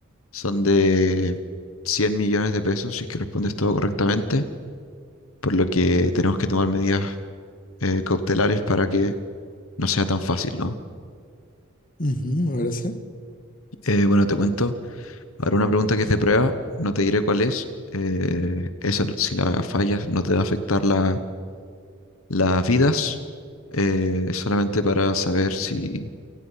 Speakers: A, on the left; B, on the left.
A: son de 100 millones de pesos si es que respondes todo correctamente, por lo que tenemos que tomar medidas eh, cautelares para que no sea tan fácil, ¿no?
B: Ujú, me parece.
A: Eh, bueno, te cuento. Ahora una pregunta que es de prueba, no te diré cuál es. eh, esa, si la fallas, no te va a afectar la- las vidas. eh, es solamente para saber si